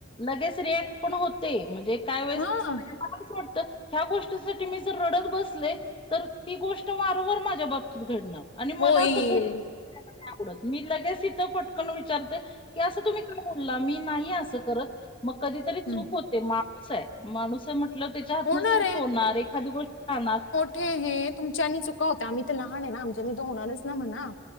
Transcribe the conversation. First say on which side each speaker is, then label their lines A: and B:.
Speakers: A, on the left; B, on the left.
A: लगेच रिएक्ट पण होते म्हणजे काय वेळेस
B: हा
A: मला काय वाटतं ह्या गोष्टीसाठी मी जर रडत बसले तर ती गोष्ट वारंवार माझ्या बाबतीत घडणार. आणि मला
B: होईल
A: असं गुट नाही आवडत मी लगेच इथं फटकन विचारते की असं तुम्ही का बोलला, मी नाही असं करत मग कधीतरी चूक
B: हं,
A: होत ते माणूस आहे माणूस आहे म्हटलं, त्याच्या हातनं
B: होणार
A: चूक होणार एखादी गोष्ट राहणार
B: ते हे तुमच्यानी चुका होत्या, आम्ही तर लहान आहे ना आमच्यानी तर होणारच ना म्हणा